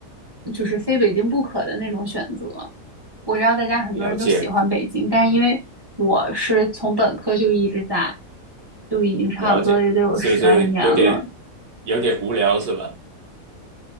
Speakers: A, on the right; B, on the right.
A: 就是非北京不可的那种选择。我知道大家很多人都喜欢北京，
B: 了解，
A: 但是因为我是从本科就一直在，就已经差不多也得有十来年了。
B: 了解，是不是有点有点无聊是吧？